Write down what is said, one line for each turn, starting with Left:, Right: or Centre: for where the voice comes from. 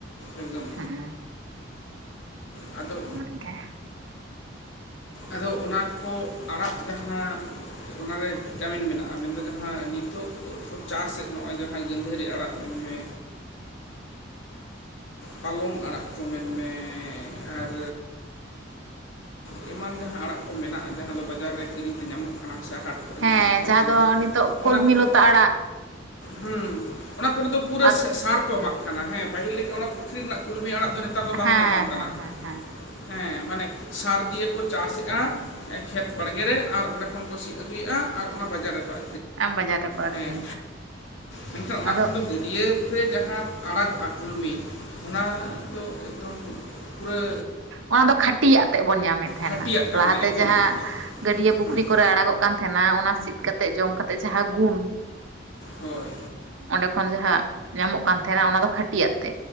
Left: ᱮᱠᱫᱚᱢ
Right: ᱦᱮᱸ
Left: ᱟᱫᱚ
Right: ᱚᱱᱟᱜᱮ
Left: ᱟᱫᱚ ᱚᱱᱟ ᱠᱚ ᱟᱲᱟᱜ ᱡᱟᱦᱟᱸ ᱚᱱᱟᱨᱮ ᱵᱷᱤᱴᱟᱢᱤᱱ ᱢᱮᱱᱟᱜᱼᱟ ᱢᱮᱱᱫᱚ ᱡᱟᱦᱟᱸ ᱱᱤᱛᱚᱜ ᱪᱟᱥ ᱮᱫ ᱱᱚᱜᱼᱚᱭ ᱡᱟᱦᱟᱸ ᱜᱟᱹᱫᱷᱟᱹᱨᱤ ᱟᱲᱟᱜ ᱢᱮᱱ ᱢᱮ ᱯᱟᱞᱚᱝ ᱟᱲᱟᱜ ᱠᱚ ᱢᱮᱱᱢᱮ ᱟᱨ ᱮᱢᱟᱱ ᱡᱟᱦᱟᱸ ᱟᱲᱟᱜ ᱠᱚ ᱢᱮᱱᱟᱜᱼᱟ ᱡᱟᱦᱟᱸ ᱫᱚ ᱵᱟᱡᱟᱨ ᱨᱮ ᱠᱤᱨᱤᱧ ᱛᱮ ᱧᱟᱢᱚᱜ ᱠᱟᱱᱟ ᱥᱮ ᱦᱟᱴ ᱠᱚᱨᱮ
Right: ᱦᱮᱸ
Left: ᱧᱟᱢ ᱟᱠᱷᱨᱤᱧ
Right: ᱡᱟᱦᱟᱸ ᱫᱚ
Left: ᱛᱮ
Right: ᱱᱤᱛᱚᱜ
Left: ᱚᱱᱟ
Right: ᱠᱚᱞᱢᱤ
Left: ᱠᱚᱨᱮ
Right: ᱞᱚᱛᱟ ᱟᱲᱟᱜ
Left: ᱦᱮᱸ ᱚᱱᱟ ᱠᱚᱨᱮ ᱫᱚ ᱯᱩᱨᱟᱹ
Right: ᱦᱮᱸ
Left: ᱥᱟᱨ ᱠᱚ ᱮᱢᱟᱜ ᱠᱟᱱᱟ ᱦᱮᱸ ᱯᱟᱹᱦᱤᱞ ᱞᱮᱠᱟ ᱚᱱᱟ ᱯᱩᱠᱷᱨᱤ ᱨᱮᱱᱟᱜ ᱠᱚ ᱯᱩᱨᱟ. ᱭ ᱟᱲᱟᱜ ᱫᱚ ᱱᱮᱛᱟᱨ ᱫᱚ ᱵᱟᱝ
Right: ᱦᱮᱸ
Left: ᱧᱟᱯᱟᱢ ᱠᱟᱱᱟ
Right: ᱦᱮᱸ ᱦᱮᱸ ᱦᱮᱸ
Left: ᱦᱮ ᱢᱟᱱᱮ ᱥᱟᱨᱫᱤᱭᱟᱹ ᱟᱥᱮᱜᱼᱟ ᱠᱷᱮᱛ ᱵᱟᱲᱜᱮ ᱨᱮ ᱟᱨ ᱚᱸᱰᱮ ᱠᱷᱚᱱ ᱠᱚ ᱥᱤᱫ ᱟᱹᱜᱩᱭᱮᱫᱼᱟ ᱟᱨ ᱚᱱᱟ ᱵᱟᱡᱟᱨ ᱨᱮᱠᱚᱼᱟ
Right: ᱟᱢ ᱵᱟᱡᱟᱨ ᱨᱮᱠᱚ ᱟᱠᱷᱨᱤᱧ
Left: ᱦᱮᱸ
Right: ᱮᱫᱟ
Left: ᱢᱮᱱᱠᱷᱟᱱ ᱚᱱᱟ
Right: ᱟᱫᱚ
Left: ᱠᱷᱚᱱ ᱫᱚ ᱜᱟᱹᱰᱭᱟᱹ ᱯᱩᱠᱷᱨᱤ ᱨᱮ ᱡᱟᱦᱟᱸ ᱟᱲᱟᱜᱚᱜᱼᱟ ᱠᱩᱞᱢᱤ ᱚᱱᱟ ᱫᱚ ᱮᱠᱫᱚᱢ ᱯᱩᱨᱟᱹ
Right: ᱚᱱᱟ ᱫᱚ ᱠᱷᱟᱹᱴᱤᱭᱟᱜ ᱛᱮᱫ ᱵᱚᱱ ᱧᱟᱢᱮᱫ ᱛᱟᱦᱮᱱᱟ
Left: ᱠᱷᱟᱹᱴᱤᱭᱟᱜ ᱛᱟᱦᱮᱱᱟ
Right: ᱞᱟᱦᱟᱛᱮ
Left: ᱮᱠᱫᱚᱢ
Right: ᱡᱟᱦᱟᱸ
Left: ᱮᱠᱫᱚᱢ
Right: ᱜᱟᱹᱰᱭᱟᱹ ᱯᱩᱠᱷᱨᱤ
Left: ᱦᱩᱸ
Right: ᱠᱚᱨᱮ ᱟᱲᱟᱜᱚᱜ ᱠᱟᱱ ᱛᱟᱦᱮᱱᱟ ᱚᱱᱟ ᱥᱤᱫ ᱠᱟᱛᱮ ᱡᱚᱢ ᱠᱟᱛᱮ ᱡᱟᱦᱟᱸ ᱜᱩᱱ
Left: ᱦᱳᱭ
Right: ᱚᱸᱰᱮ ᱡᱟᱦᱟᱸ ᱧᱟᱢᱚᱜ ᱠᱟᱱ ᱛᱟᱦᱮᱱᱟ ᱚᱱᱟ ᱫᱚ ᱠᱷᱟᱹᱴᱟᱜ ᱛᱮ